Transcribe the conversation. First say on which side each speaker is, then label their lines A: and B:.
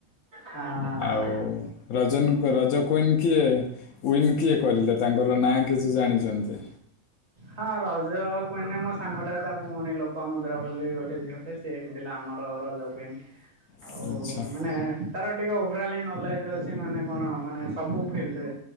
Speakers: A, on the right; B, on the left.
A: ହଁ
B: ଆଉ ରଜନ୍ ରଜ କୁଇନ କିଏ ଉଇନ୍ କିଏ କରିଲେ ତାଙ୍କ ର ନାଁ କିଛି ଜାଣିଛନ୍ତି।
A: ହଁ ରଜ କୁଇନ ମୋ ସାଙ୍ଗଟା ତା ଭଉଣୀ ଲୋପା ମୁଦ୍ରା ବୋଲି ଗୋଟେ ଝିଅଟେ, ସିଏ ହେଇଥିଲା ଆମର ରଜ କୁଇନ। ଆଉ
B: ଆଚ୍ଛା
A: ମାନେ ତାର ଟିକେ ଓଭରାଲ୍ ହିଁ ନଲେଜ ଅଛି, ମାନେ କଣ ମାନେ ସବୁ ଫିଲ୍ଡ ରେ